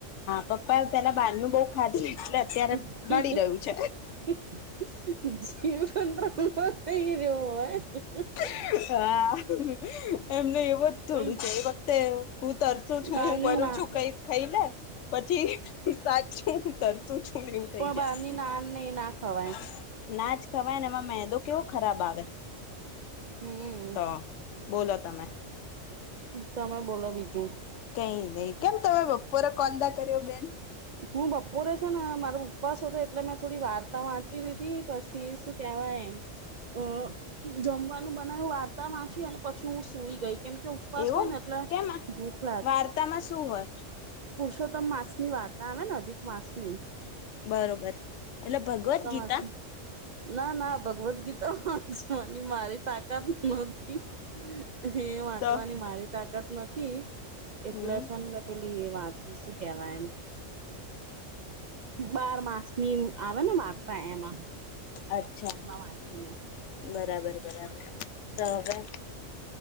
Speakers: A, on the left (about 70°); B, on the right (about 55°).
A: પપ્પાએ પેલા બહારનું બહુ ખાધું
B: <inaudible>
A: એટલે અત્યારે નડી રહ્યું
B: જીવન
A: છે.
B: <unintelligible> એવું હોય?
A: <inaudible> <unintelligible> <unintelligible> એમને એવું જ થોડું
B: પણ
A: છે, એ વખતે હું તરસું છું,
B: બહારની
A: હું મરું
B: ના
A: છું, કઈ ખઈને પછી સાચી તરતું છું ને એવું થઈ
B: પણ
A: જાય
B: બહારની નાન ને એ ના ખવાય
A: નાજ ખવાય ને એમાં મે તો કેવો ખરાબ આવે.
B: હમ
A: તો બોલો તમે
B: તમે બોલો બીજું
A: નહીં, નહી. કેમ તમે બપોરે કોલ ના કર્યો બેન?
B: હું બપોરે છે, ને મારો ઉપવાસ હતો એટલે મેં થોડી વાર મેં વાંચી લીધી પછી શું કેહેવાય એમ અ જમવાનું બનાયુ વાર્તા વાંચી અને પછી હું સુઈ ગઈ કેમ? કે ઉપવાસ
A: એવું
B: હોય ને એટલે
A: કેમાં
B: ભૂખ
A: વાર્તામાં શું હોય
B: ો તમ માંસ ની વાર્તા આવે ને અધિક મામાંસ નહી
A: બરોબર એટલે ભગવદ્ ગીતા
B: વાંચે ના ના <unintelligible> ગીતા વાચવાની મારી તાકાત માકી <unintelligible> હ વાંચવાની
A: તો
B: મારે તાકાત નથી. એટલે
A: હમ
B: છેન મે પેલુ એ વાંચી શકે આવા એમ બાર માસ મિમ આવે ને મા પા એમાં
A: અચ્છા
B: એમાં વાંચ્યું ને
A: બરાબર બરાબર તો હવે